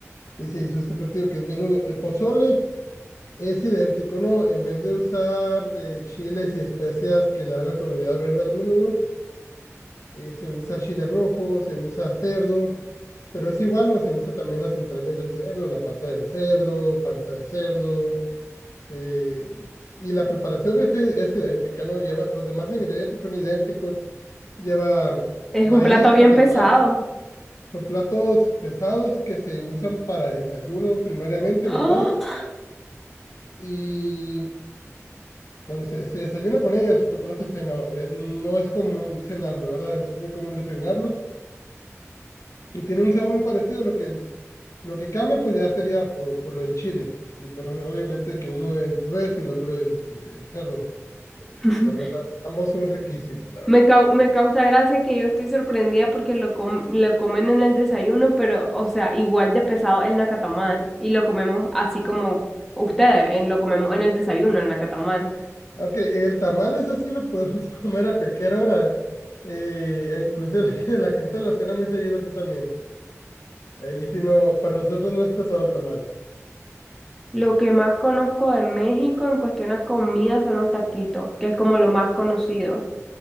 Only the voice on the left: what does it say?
Y se hizo este platillo que es menudo. El pozole es idéntico, ¿no? En vez de usar eh, chiles y especias que le dan la tonalidad verde al menudo, eh, se usa chile rojo, se usa cerdo, pero es igual, ¿no? Se usa también las entrañas del cerdo, la pata del cerdo, panza de cerdo, eh, y la preparación es, es idéntica, ¿no? Lleva, los demás ingredientes son idénticos, lleva
maíz
o garbanzos,
son platos pesados que se usan para desayuno primariamente
los dos, y bueno, se, se desayuna con ellos, pero no se cena, es- no es común cenarlo, ¿verdad? Es muy común desayunarlos Y tiene un sabor muy parecido, lo que, el- lo que cambia pues ya sería por, por lo del chile. Y pues obvi- obviamente que uno es res y el otro es eh, cerdo,
pero o sea, ambos son riquísimos, la verdad.
Aunque el tamal ese sí lo podemos <laughs> comer a cualquier hora. Eh, e inclusive <laughs> la, la gente lo cena muy seguido aquí también. Ahí sí no, para nosotros no es pesado el tamal.